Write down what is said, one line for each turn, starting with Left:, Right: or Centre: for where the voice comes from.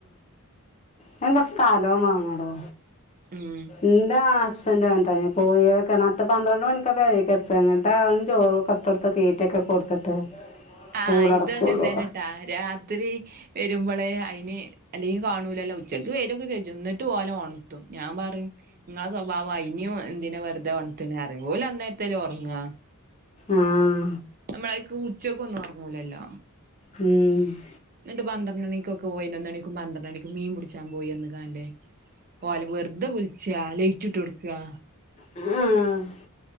Left: ആഹ് <unintelligible> സ്ഥലോം വേണെ ടോ
Right: ഉം
Left: ഇന്റ അസ്ബൻഡു ആൻതന്നെ പോയോക്ക നട്ട പന്ത്രണ്ട് മണിക്ക പെരേ ക്കത്ത ന്നിട്ട ചോറക്കെട്ടട്ത്ത് തീറ്റൊക്കെ കൊടുത്തിട്ട്
Right: ആഹ്
Left: കൂടടക്കുള്ളൂ
Right: ഇതു അങ്ങൻ തന്നെട്ടാ രാത്രി വരുമ്പള് അയിന് അല്ലെങ്കി കാണൂലല്ലോ ഉച്ചക്ക് വെരു ഒ ക്കെ ചെഞ്ചും ന്നിട്ടും ഓലെ ഒണത്തും ഞാൻ പറയും ഇങ്ങളെ സ്വഭാവം അയിനേം എന്തിന വെറുതെ ഒണത്തിന് അറിം ഓല് അന്നേരത്തെല്ലെ ഒറങ്ങാ
Left: ആഹ്
Right: നമ്മളാക്ക് ഉച്ചക്കൊന്നും ഒറങ്ങൂലല്ലോ
Left: ഉം
Right: എന്നിട്ട് പന്ത്രണ്ട്ണിക്കൊക്കെ പോയി പയിനൊന്നണിക്കും പന്ത്രണ്ട് മണിക്ക് മീൻ പിടിച്ചാൻ പോയി വന്ന് കാണ്ടേ ഓലെ വെർതെ വിളിച്ചാ ലെയിറ്റ്‌ട്ടൊട്ക്കാ
Left: ഉം